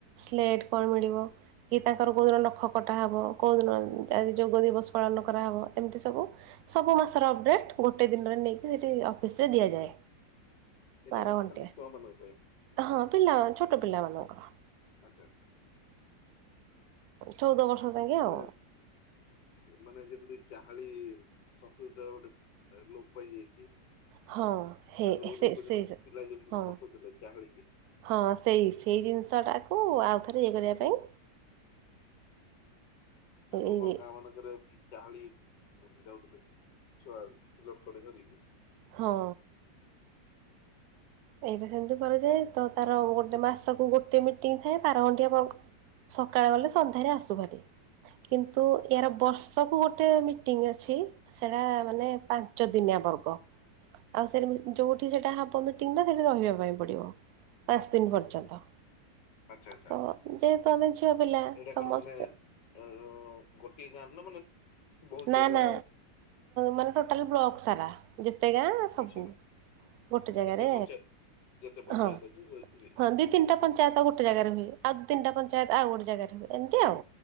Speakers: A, on the right; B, on the left.
A: ସ୍ଲେଟ କଣ, ମିଳିବ କି ତାଙ୍କର କୋଉ ଦିନ ନଖ କଟାହବ, କଉ ଦିନ ଆଜି ଯୋଗ ଦିବସ ପାଳନ କରାହେବ, ଏମିତି ସବୁ। ସବୁ ମାସ ଅପ୍ ଡେଟ୍ ଗୋଟେ ଦିନରେ ନେଇକି ସେଠି ଅଫିସ୍ ରେ ଦିଆଯାଏ।
B: ସେଇଟା
A: ବାର
B: ମାନେ
A: ଘଣ୍ଟିଆ।
B: ଖାଲି ଛୁଆମାନଙ୍କ ପାଇଁ?
A: ହଁ ପିଲା ଛୋଟ ପିଲା ମାନଙ୍କର।
B: ଆଚ୍ଛା।
A: ଚଉଦ ବର୍ଷ ଯାଙ୍କେ
B: ମାନେ
A: ଆଉ।
B: ମାନେ ଯେମିତି ଚାହାଳି ସଂସ୍କୃତ ଗୋଟେ ଲୋପ୍ ପାଇଯାଇଛି।
A: ହଁ ହେ
B: ଆଗରୁ
A: ସେ
B: ଲୋକ
A: ସେଇ
B: ଯେମିତି ପିଲା ଯେମିତି
A: ହଁ
B: ପଠଉଥିଲେ ଚାହାଳି କି।
A: ହଁ ସେଇ ସେଇ ଜିନିଷ ଟାକୁ ଆଉ ଥରେ ଇଏ କରିବା ପାଇଁ
B: ଆଗରୁ
A: ଏଇ
B: କଣ ଗାଁ ମାନଙ୍କରେ ଚାହାଳି ଯାଉଥିଲେ। ଛୁଆ ସିଲଟ ଖଡ଼ି ଧରିକି।
A: ହଁ। ଏଇଟା ସେମିତି କରାଯାଏ। ତ ତାର ଗୋଟେ ମାସକୁ ଗୋଟେ ମିଟିଂ ଥାଏ ବାରଘଣ୍ଟିଆ ବର୍ଗ ସକାଳେ ଗଲେ ସନ୍ଧ୍ୟାରେ ଆସୁ ହାରି। କିନ୍ତୁ
B: ଆଚ୍ଛା
A: ଏହାର
B: ଆଚ୍ଛା
A: ବର୍ଷ ସବୁ ଗୋଟେ ମିଟିଂ ଅଛି ସେଟା ମାନେ ପାଞ୍ଚ ଦିନିଆ ବର୍ଗ ଆଉ ସେ ଯୋଉଠି ସେଟା ହବ ମିଟିଂ ଟା ସେଠି ରହିବା ପାଇଁ ପଡିବ। ପାଞ୍ଚ ଦିନ ପର୍ଯ୍ୟନ୍ତ।
B: ଆଚ୍ଛା ଆଚ୍ଛା।
A: ତ ଯେହେତୁ ଆମେ ଝିଅ ପିଲା
B: ଏଇଟା
A: ସମସ୍ତେ
B: କଣ ମାନେ ଅ ଗୋଟିଏ ଗାଁରେ ନା ମାନେ ବହୁତ
A: ନା
B: ଜାଗା
A: ନା ମାନେ ଟୋଟାଲ ବ୍ଲକ୍ ସାରା ଯେତେ ଗାଁ ସବୁ।
B: ଆଚ୍ଛା
A: ଗୋଟେ ଜାଗାରେ
B: ଯେତେ ପଞ୍ଚାୟତ ଯେତେ ପଞ୍ଚାୟତ
A: ହଁ
B: ଅଛି ସେଠି
A: ହଁ ଦି ତିନଟା ପଞ୍ଚାୟତ ଗୋଟେ ଜାଗାରେ ହୁଏ, ଆଉ ଦି ତିନିଟା ପଞ୍ଚାୟତ ଆଉ ଗୋଟେ ଜାଗାରେ ହୁଏ ଏମତି ଆଉ।